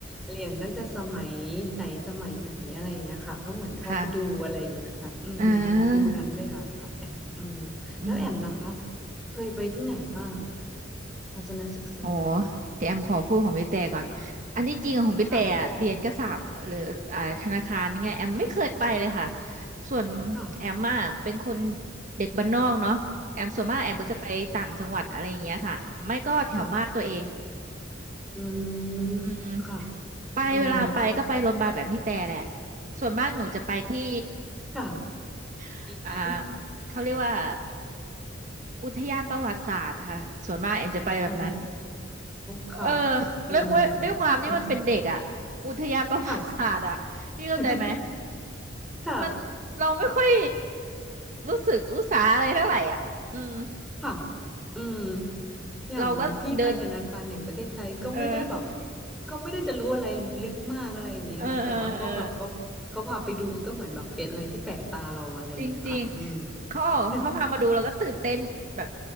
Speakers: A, in the centre; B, on the right.
A: เหรียญตั้งแต่สมัยไหนสมัยไหนอะไรอย่างเงี้ยค่ะก็เหมือนเข้าไปดูอะไรอย่างเงี้ยค่ะอืมมีฟิลนั้นด้วยอะค่ะแอมอืมแล้วแอมล่ะคะ
B: ค่ะเอออืม
A: เคยไปที่ไหนบ้างทัศนศึกษา
B: ออเดี๋ยวแอมขอพูดของพี่แต่ก่อนอันที่จริงอะของพี่แต่อะเรียนกษาปณ์หรืออ่าธนาคารนี่ไงแอมไม่เคยไปเลยค่ะ
A: ค่ะค่ะ
B: ส่วน
A: ค่ะ
B: แอมอ่ะเป็นคนเด็กบ้านนอกเนาะแอมส่วนมากแอมก็จะไปต่างจังหวัดอะไรอย่างเงี้ยค่ะไม่ก็แถวบ้านตัวเอง
A: ค่ะค่ะอืม
B: อืม
A: ค่ะ
B: ไปเวลาไปก็ไปรถบัสแบบพี่แต่แหละ
A: อืม
B: ส่วนมากหนูจะไปที่
A: ค่ะ
B: <laughs>
A: <laughs>
B: อ่าเขาเรียกว่าอุทยานประวัติศาสตร์ค่ะส่วนมากแอมจะไปแบบนั้น
A: อ๋อค่ะ
B: เออ
A: อืม
B: เรียกว่าด้วยความนี่มันเป็นเด็กอ่ะอุทยานประวัติศาสตร์อ่ะพี่เข้าใจไหม
A: <laughs> ค่ะ <laughs> ค่ะ
B: มันเราไม่ค่อยรู้สึกรู้สาอะไรเท่าไหร่อ่ะอืม
A: ค่ะอืมอย่างเหมือนพี่ไปธนาคารแห่งประเทศไทยก็ไม่ได้แบบ
B: เราก็เดินเออ
A: ก็ไม่ได้จะรู้อะไรลึกมากอะไรอย่างนี้นะคะแต่ว่าก็แบบเขาเขาพาไปดูก็เหมือนแบบเป็นอะไรที่แปลกตาเราอะไรอย่างเงี้ยค่ะอืม
B: เออเออเออจริงจริงเขาออกเขาพามาดูเราก็ตื่นเต้นแบบ
A: <laughs>